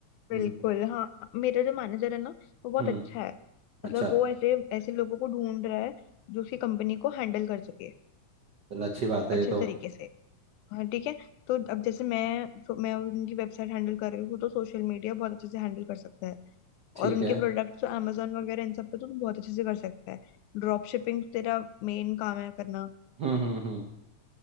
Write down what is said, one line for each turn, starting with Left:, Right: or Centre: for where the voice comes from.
Left: बिल्कुल
Right: हम्म
Left: हाँ मेरा जो मैनेजर है ना वो बहुत
Right: हम्म
Left: अच्छा है
Right: अच्छा
Left: मतलब वो ऐसे ऐसे लोगों को ढूंढ रहा है जो उसकी कंपनी को हैंडल कर सके
Right: चल अच्छी बात है
Left: अच्छे
Right: ये तो
Left: तरीके से हाँ ठीक है तो अब जैसे मैं तो मैं उनकी वेबसाइट हैंडल कर रही हूँ तो सोशल मीडिया बहुत अच्छे से हैंडल कर सकता है
Right: ठीक
Left: और उनके
Right: है
Left: प्रोडक्ट्स तो अमेजोन वगैरह इन सब पे तो तू बहुत अच्छे से कर सकता है ड्रॉप शिपिंग तो तेरा मेन काम है करना
Right: हम्म हम्म हम्म